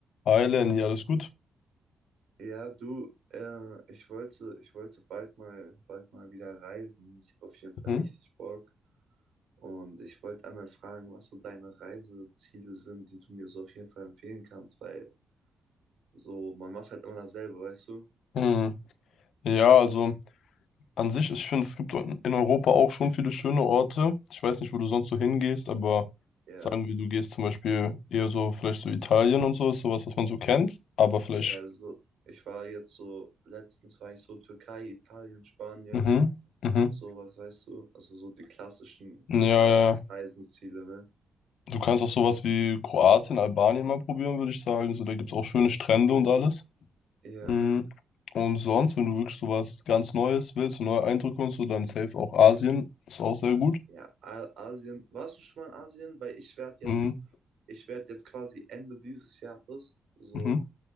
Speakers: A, on the left; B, on the right.
A: Hi Lenny, alles gut?
B: Ja, du, äh, ich wollte, ich wollte bald mal, bald mal wieder reisen. Ich habe auf jeden Fall
A: Mhm.
B: richtig Bock. Und ich wollte einmal fragen, was so deine Reiseziele sind, die du mir so auf jeden Fall empfehlen kannst, weil so, man macht halt immer dasselbe, weißt du?
A: Hm. Ja, also an sich, ich finde, es gibt in Europa auch schon viele schöne Orte. Ich weiß nicht, wo du sonst so hingehst, aber
B: Ja,
A: sagen wir, du gehst zum Beispiel eher so, vielleicht so Italien und so, ist sowas, was man so kennt, aber vielleicht.
B: eher so. Ich war jetzt so, letztens war ich so Türkei, Italien, Spanien,
A: Mhm. Mhm.
B: sowas, weißt du? Also so die klassischen,
A: Ja,
B: klassischen
A: ja.
B: Reiseziele, ne?
A: Du kannst auch sowas wie Kroatien, Albanien mal probieren, würde ich sagen. So, da gibt es auch schöne Strände und alles.
B: Ja.
A: Mhm. Und sonst, wenn du wirklich sowas ganz Neues willst, so neue Eindrücke und so, dann safe auch Asien. Ist auch sehr gut.
B: Ja, A- Asien. Warst du schon mal in Asien? Weil ich werde jetzt,
A: Mhm.
B: ich werde jetzt quasi Ende dieses Jahres, so
A: Mhm.